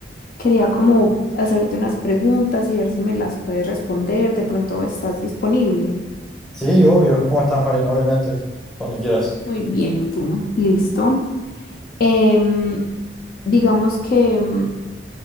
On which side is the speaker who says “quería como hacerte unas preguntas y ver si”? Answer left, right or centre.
Left